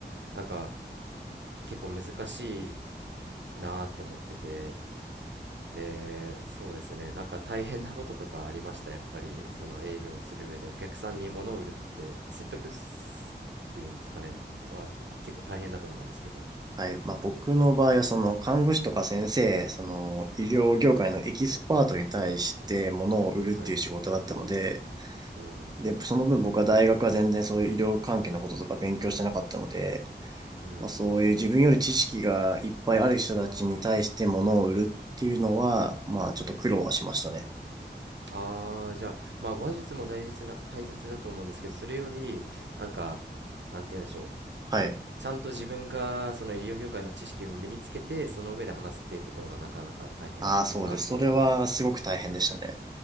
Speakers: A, on the right (about 80°); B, on the right (about 20°).
A: なんか結構難しいなと思っててでそうですねなんか大変なこととかありましたやっぱりその営業をする上でお客さんに物を売るって説得すっていうんですかねは結構大変だと思うんですけど
B: はい。まあ、僕の場合は、その、看護師とか先生、その、医療業界のエキスパートに対して物を売るっていう仕事だったので、
A: はいうん
B: で、その分僕は大学は全然そういう医療関係のこととか勉強してなかったので、
A: うん
B: まあ、そういう自分より知識がいっぱいある人たちに対して物を売るっていうのは、まあ、ちょっと苦労はしましたね。
A: ああ、じゃあ、まあ、話術も大切な、大切だと思うんですけど、それより、なんか、なんて言うんでしょう。
B: はい。
A: ちゃんと自分が、その医療業界の知識も身につけて、その上で話すっていうところがなかなか大変だったかなっていう
B: ああ、そうです。それはすごく大変でしたね。